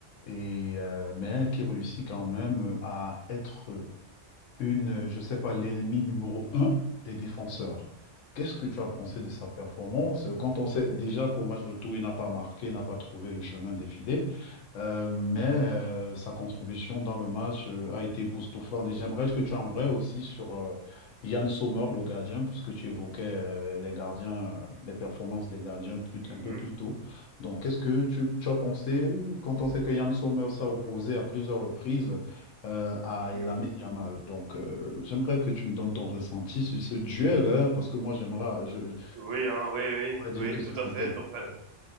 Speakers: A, on the left; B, on the right.
A: et, euh, mais qui réussit quand même à être une, euh, je sais pas, l'ennemi numéro un des défenseurs. Qu'est-ce que tu as pensé de sa performance euh, quand on sait déjà qu'au match retour, il n'a pas marqué, il n'a pas trouvé le chemin des euh, mais euh, sa contribution dans le match euh, a été époustouflante. Et j'aimerais que tu embrayes aussi sur euh, Yann Sommer, le gardien, puisque tu évoquais euh, les gardiens, euh, les performances des gardiens plus,
B: Mm,
A: un peu
B: mm,
A: plus tôt. Donc, qu'est-ce que tu, tu as pensé quand on sait que Yann Sommer s'est opposé à plusieurs reprises? euh, à
B: mm,
A: Lamine
B: mm.
A: Yamal. Donc, euh, j'aimerais que tu me donnes ton ressenti sur ce duel, hein, parce que moi, j'aimerais, je, je-
B: Oui, hein, oui, oui,
A: j'aurais dit
B: oui,
A: que
B: tout
A: c'est un
B: à fait.
A: duel.
B: Donc,
A: Ouais.
B: euh,